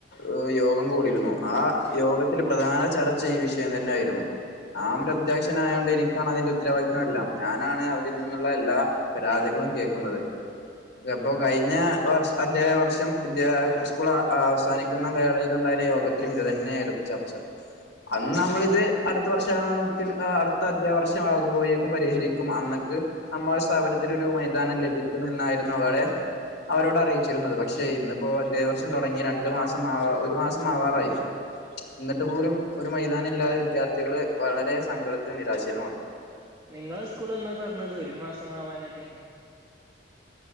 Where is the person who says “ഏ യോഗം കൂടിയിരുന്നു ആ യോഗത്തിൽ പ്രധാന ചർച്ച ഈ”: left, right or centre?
Left